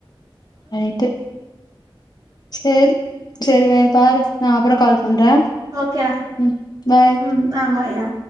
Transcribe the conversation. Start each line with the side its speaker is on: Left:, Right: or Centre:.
Left: ரைட்டு செரி செரி வே பாரு நா அப்புறோ கால் பண்றே
Right: ஓகேடா
Left: ம் பாய்
Right: ம் ஆ பாய் ஆ